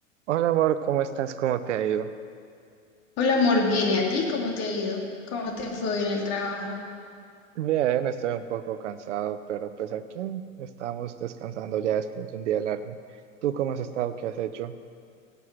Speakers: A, on the right (about 65°); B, on the left (about 40°).
A: Hola amor, ¿cómo estás? ¿Cómo te ha ido?
B: Hola amor, bien, ¿y a ti? ¿Cómo te ha ido? ¿Cómo te fue hoy en el trabajo?
A: Bien, estoy un poco cansado, pero pues aquí estamos descansando ya después de un día largo. ¿Tú cómo has estado? ¿Qué has hecho?